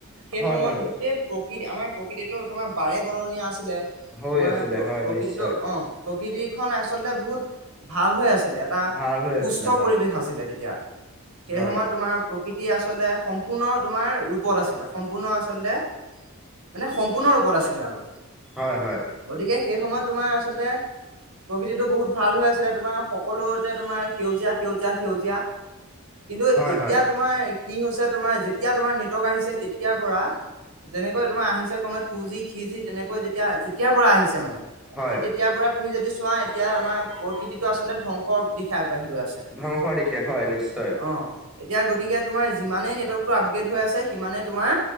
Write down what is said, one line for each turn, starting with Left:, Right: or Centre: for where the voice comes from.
Right: সেই
Centre: হয়
Right: সময়ত
Centre: হয়
Right: গোটেই প্ৰকৃতি আমাৰ প্ৰকৃতিতো তোমাৰ পাৰে বৰণীয়া আছিলে
Centre: হৈ
Right: তোমাৰ
Centre: আছিলে
Right: প্ৰ
Centre: হয়
Right: প্ৰকৃতিটো
Centre: নিশ্চয়
Right: অ, প্ৰকৃতিখন আচলতে বহুত ভাল হৈ আছিলে এটা
Centre: ভাল হৈ
Right: সুস্থ
Centre: আছিলে হয়
Right: পৰিৱেশ আছিলে তেতিয়া সেই
Centre: হয়
Right: সময়ত তোমাৰ প্ৰকৃতি আচলতে সম্পূৰ্ণ তোমাৰ ৰূপত আছিলে সম্পূৰ্ণ আচলতে মানে সম্পূৰ্ণ ৰূপত আছিলে আৰু
Centre: হয় হয়
Right: গতিকে সেই সময়ত তোমাৰ আচলতে প্ৰকৃতিটো বহুত ভাল হৈ আছিলে তোমাৰ সকলোতে তোমাৰ সেউজীয়া - সেউজীয়া- সেউজীয়া। কিন্তু
Centre: হয়
Right: এতিয়া
Centre: হয়
Right: তোমাৰ কি হৈছে তোমাৰ যেতিয়া তোমাৰ নেটৱৰ্ক আহিছে তেতিয়াৰ পৰা। যেনেকৈ তোমাৰ আহিছে কমত টু জি থ্ৰী জি তেনেকৈ যে তেতিয়া যেতিয় পৰা আহিছে মানে
Centre: হয়
Right: সেই তেতিয়াৰ পৰা তুমি যদি চোৱা এতিয়া আমাৰ প্ৰকৃতি আচলতে ধ্বংসৰ দিশা। বাঢ়ি গৈ আছে
Centre: ধ্বংসৰ দিশে হয় নিশ্চয়
Right: অ, এতিয়া গতিকে তোমাৰ যিমানেই আপগ্ৰেড হৈ আছে সিমানে তোমাৰ